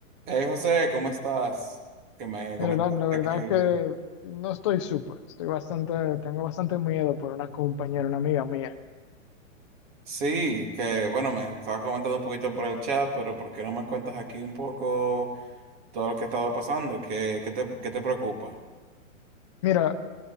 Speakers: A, on the right (about 35°); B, on the left (about 25°).
A: Hey José, ¿cómo estás? Que me comentaste
B: Mira, la, la verdad
A: que
B: es que no estoy súper, estoy bastante, tengo bastante miedo por una compañera, una amiga mía.
A: sí, que bueno, me estabas comentando un poquito por el chat, pero ¿por qué no me cuentas aquí un poco todo lo que ha estado pasando? ¿Qué, qué te, qué te preocupa?
B: Mira,